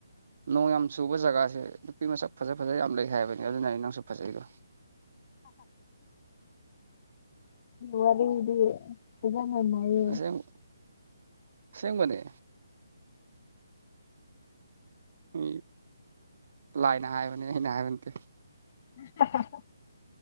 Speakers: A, on the right (about 55°); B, on the left (about 40°).
A: ꯅꯣꯡ ꯌꯥꯝ ꯆꯨꯕ ꯖꯒꯥꯁꯦ ꯅꯨꯄꯤ ꯃꯁꯛ ꯐꯖ ꯐꯖ ꯌꯥꯝ ꯂꯩ ꯍꯥꯏꯕꯅꯤ ꯑꯗꯨꯅ ꯑꯩ ꯅꯪꯁꯨ ꯐꯖꯩꯗꯣ
B: ꯋꯔꯤꯗꯤ ꯄꯨꯕ ꯉꯃꯣꯏꯌꯦ
A: ꯑꯁꯦꯡ ꯑꯁꯦꯡꯕꯅꯦ ꯎ ꯂꯥꯏꯅ ꯍꯥꯏꯕꯅꯦ ꯑꯩꯅ ꯍꯥꯏꯕ ꯅꯠꯇꯦ
B: <inaudible> <unintelligible>